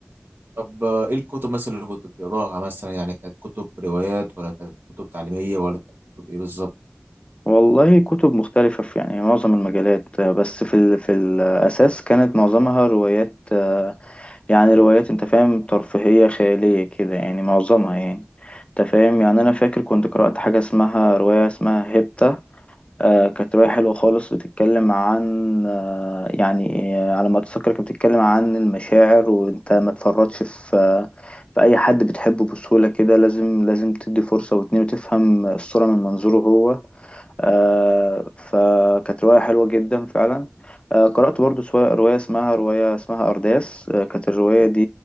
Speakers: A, on the right; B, on the left.
A: طب آه، ايه الكتب مثلا اللي كنت بتقراها مثلا يعني كانت كتب روايات ولا كانت كتب تعليمية ولا كانت كتب ايه بالظبط
B: والله كتب مختلفة في يعني معظم المجالات آه، بس في ال... في الأساس كانت معظمها روايات آه، يعني روايات أنت فاهم ترفيهية خيالية كده يعني معظمها يعني أنت فاهم يعني أنا فاكر كنت قرأت حاجة اسمها رواية اسمها هيبتا آه، كانت رواية حلوة خالص بتتكلم عن آه، يعني آه، على ما أتذكر كانت بتتكلم عن المشاعر وأنت ما تفرطش في آه، في أي حد بتحبه بسهولة كده لازم لازم تدي فرصة واتنين وتفهم الصورة من منظوره هو آه، فكانت رواية حلوة جدا فعلا آه، قرأت برضو سوا- رواية اسمها رواية اسمها أرداس آه، كانت الرواية دي